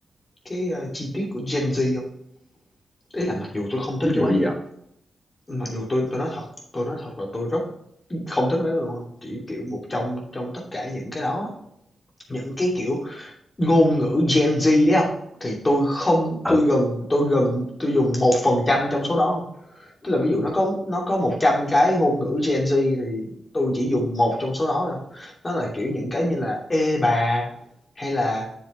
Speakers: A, on the left; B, in the centre.
A: cái, a, chi tiết của Gen Z không Ý là mặc dù tôi không thích
B: ví
A: cái
B: dụ
A: đó
B: như
A: nha,
B: vậy không
A: mặc dù tôi tôi nói thật tôi nói thật là tôi rất không thích mấy cái đó luôn á, chỉ, kiểu, một trong trong tất cả những cái đó, những cái, kiểu, ngôn ngữ Gen Z đấy không thì tôi không
B: Ừ.
A: tôi gần tôi gần tôi dùng một phần trăm trong số đó Tức là ví dụ nó có nó có 100 cái ngôn ngữ Gen Z thì tôi chỉ dùng một trong số đó thôi Nó là, kiểu, những cái như là "Ê bà" hay là